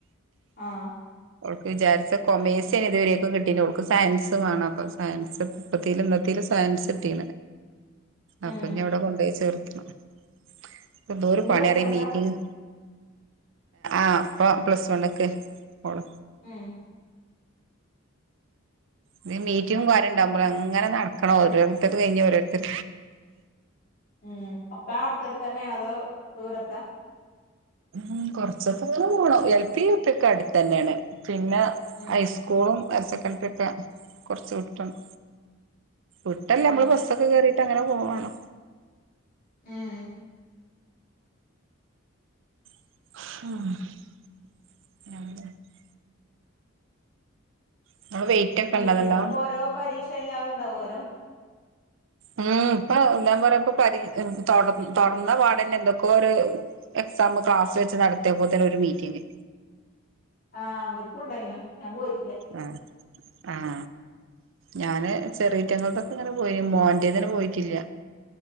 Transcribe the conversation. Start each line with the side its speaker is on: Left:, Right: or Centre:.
Left: ആഹ
Right: അവക്ക് വിചാരിച്ച കൊമേഴ്സിന് ഇതുവരെയൊക്കെ കിട്ടീട്ട അവക്ക് സയൻസ വേണം അപ്പൊ സയൻസ്പ്പ ഇത്തിൽ സയൻസ് സിറ്റീ
Left: ഉം
Right: അപ്പൊ ഞ ഇവിടെ കൊണ്ടുപ പോയി ചേർത്തന്ത ഒരു
Left: ഇനി
Right: പണിറ
Left: പ്ലസ് വൺ എടുക്കാ
Right: മീറ്റിങ് ആപ്പ പ്ലസ് വൺ ഒക്കെ ഓള
Left: ഉം
Right: ഇത് മീറ്റിങ്ങും കാര്യംണ്ടാവുമ്പോള അങ്ങനെ നടക്കണോ ഓരോത്തത് കഴിഞ്ഞ ഓോരുത്ത
Left: ഉം അക്കാ അടുത്തർ തന്നെയാണ അതോ ദൂരത്ത
Right: ഉ കൊറച്ച പത്ര പോണം എൽ പി യുപ ഒക്കെ അടുത്ത് തന്നെയാണ് പിന്നെ
Left: ഉം
Right: ഹൈസ്കൂളും ഹയർ സെക്കൻഡറി ഒക്കെ കുറച്ച് കിട്ടുന്നു വിട്ടല്ലേ
Left: ഉം
Right: നമ്മള് ബസ്സൊക്കെ കേറിീട്ട് അങ്ങനെ പോവാണ്
Left: ഉം
Right: ആഹ നിങ്ങള് വെയിറ്റ് ഒക്കെ
Left: മീറ്റിങ്ങൾ
Right: ഇണ്ടോ നല്ലോം
Left: ഇപ്പോ ഓരോ പരീക്ഷ കഴിഞ്ഞാലും ഉണ്ടാവല്ലോ
Right: ഉം ഇപ്പൊ എന്താ പറയാപ്പ പരി തൊടന്ന പാടന്നെ എന്തൊക്കോ ഒരു സമ്മ ക്ലാസ് വെച്ച് നടത്തിയ പോല തന്നെ ഒരു മീറ്റിംഗ്
Left: ആഹ വക്കുംണ്ടായിനു ഞാൻ പോയി
Right: ആഹ ആഹ ഞാന് ചെറിയയിറ്റങ്ങൾക്കൊക്കെ ഇങ്ങനെ പോയി മോറന്നന്നെ പോയിട്ടില്ല